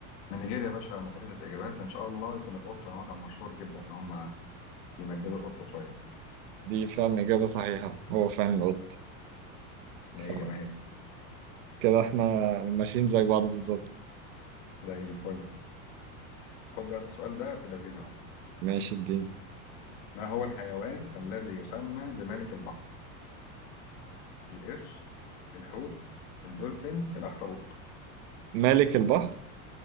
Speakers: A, on the left; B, on the right.
A: من نيجيريا يا باشا متحذف إجابات إن شاء الله يكون القط هو كان مشهور جدا إن هم بيمجدوا القط شوية
B: دي فعلا اجابة صحيحة هو فعلا القط
A: مية
B: فكده
A: مية
B: احنا ماشيين زي بعض بالظبط
A: زي الفل خد بقى السؤال ده في اللذيذ أهو
B: ماشي الدين
A: ما هو الحيوان الذي يسمى بملك البحر القرش الحوت الدولفين الأخطبوط
B: مالك البحر